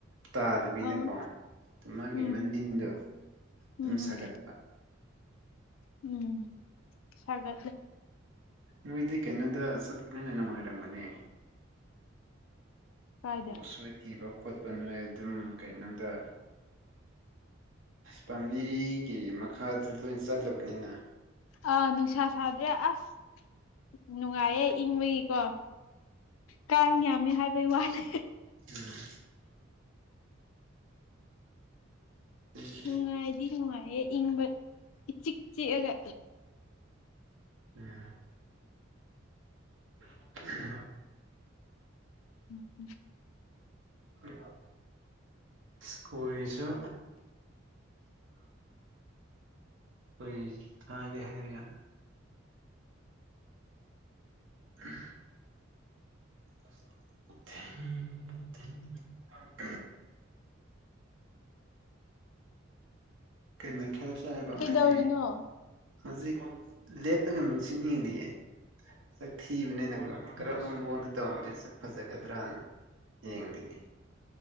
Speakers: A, on the right; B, on the left.
A: ꯇꯥꯗꯕꯤꯗꯀꯣ
B: ꯑꯥ
A: ꯃꯥꯒꯤ
B: ꯎꯝ
A: ꯃꯅꯤꯟꯗꯣ ꯑꯗꯨꯝ
B: ꯎꯝ
A: ꯁꯥꯒꯠ
B: ꯎꯝ ꯁꯥꯒꯠꯂꯦ
A: ꯅꯣꯏꯗꯤ ꯀꯦꯩꯅꯣꯗ ꯆꯠꯄ꯭ꯔꯅ ꯅꯨꯡꯉꯥꯏꯔꯝꯕꯅꯦ
B: ꯀꯥꯏꯗ
A: ꯎ ꯎꯁꯣꯏ ꯊꯤꯕ ꯈꯣꯠꯄ ꯅꯣꯏ ꯑꯗꯨꯝ ꯀꯩꯅꯣꯗ ꯄꯥꯝꯕꯤꯒꯤ ꯃꯈꯥꯗ ꯂꯣꯏ ꯆꯠꯂꯕꯅꯤꯅ
B: ꯑꯥ ꯅꯨꯡꯁꯥ ꯁꯥꯗ꯭ꯔꯦ ꯑꯁ ꯅꯨꯡꯉꯥꯏꯌꯦ ꯏꯪꯕꯒꯤꯀꯣ ꯀꯥꯡ ꯌꯥꯝꯃꯦ ꯍꯥꯏꯕꯩ ꯋꯥꯅꯦ
A: ꯎꯝ ꯎꯝ
B: ꯅꯨꯡꯉꯥꯏꯗꯤ ꯅꯨꯡꯉꯥꯏꯌꯦꯦ ꯏꯪꯕ ꯏꯆꯤꯛ ꯆꯤꯛꯑꯒ
A: ꯎꯝ <inaudible>
B: ꯎꯝ ꯎꯝ
A: ꯍ ꯁꯀꯨꯁꯨꯁꯨ ꯍꯣꯢ ꯊꯥꯒꯦ ꯍꯥꯏꯔꯒ <unintelligible> ꯎ <unintelligible> ꯑꯁ <unintelligible> ꯊ <unintelligible> ꯀꯩ ꯃꯊꯦꯜ ꯆꯥꯢꯕ
B: ꯀꯩꯗꯧꯔꯤꯅꯣ
A: ꯉꯁꯤ ꯍꯧꯖꯤꯛ ꯂꯦꯞꯇꯒ ꯃꯤꯁꯤꯟ ꯌꯦꯡꯂꯤꯌꯦ ꯁꯛ ꯊꯤꯕꯅꯤꯅꯀꯣ ꯀꯔꯝꯕ ꯃꯑꯣꯡꯗ ꯇꯧꯔꯗꯤ ꯁꯛ ꯐꯖꯒꯗ꯭ꯔꯅ ꯌꯦꯡꯗꯦ